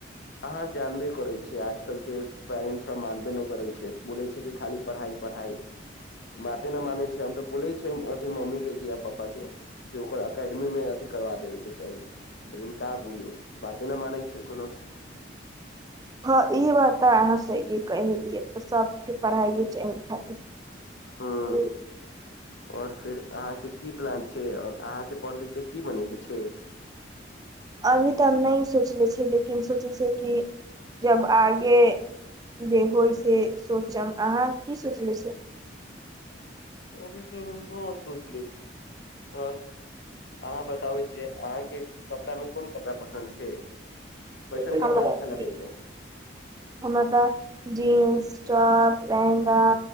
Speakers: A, on the left; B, on the right.
A: अहाँ जानबे करै छीयै आज कलकै पेरेंटस सब मानबे नय करे छै, बोले छै कि खाली पढ़ाई -पढ़ाई। बाते नय माने छै, हम त बोलै छी। तैय अथि मम्मी के या पापा के के ओकर एकेडमी मे अथि करबा देबे के चाही। लेकिन का बोलु? बाते नय मानै छै कोनो।
B: हँ ई बात त अहाँ सहीयै कहिलिये सबके पढ़ाइेये चाहि खाली।
A: हूँ
B: हुं
A: और फिर अहाँ के की प्लान छै? और अहाँ के पढ़ लिख के की बनय के छै?
B: अभी तऽ हम नहि सोचले छियै लेकिन सोचै छीयै कि जब आगे। जे होय से सोचब। अहाँ की सोचले छियै?
A: अभी तऽ हम ना सोचले छी। आंय अहाँ बताबै छियै अहाँ के कपड़ा में कोन कपड़ा पसन्द छे?
B: छी
A: कैसन कपड़ा अच्छा लगै छै?
B: हमरा तऽ जींस, टॉप, लेहंगा